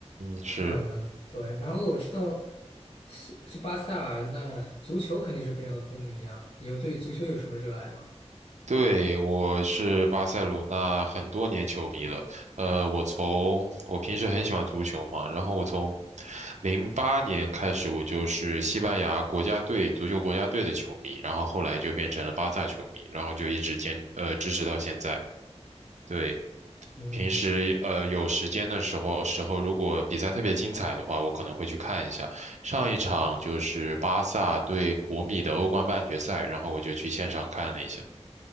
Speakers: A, on the right; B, on the left.
A: 嗯，是。
B: 嗯，对，然后我知道西去巴塞尔，那足球肯定是非常的风靡啊。你有对足球有什么热爱吗？
A: 对，我是巴塞罗那很多年球迷了。呃，我从我平时很喜欢足球嘛，然后我从零八年开始，我就是西班牙国家队足球国家队的球迷，然后后来就变成了巴萨球迷，然后就一直坚呃支持到现在。对，
B: 嗯
A: 平时呃有时间的时候时候，如果比赛特别精彩的话，我可能会去看一下。上一场就是巴萨对国米的欧冠半决赛，然后我就去现场看了一下。